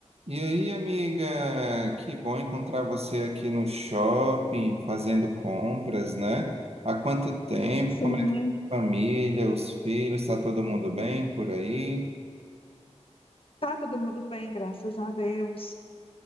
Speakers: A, on the right; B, on the left.
A: E aí, amiga, que bom encontrar você aqui no shopping, fazendo compras, né? Há quanto tempo?
B: Sim,
A: Como é que tá a família, os filhos, está todo mundo bem por aí?
B: tá todo mundo bem, graças a Deus.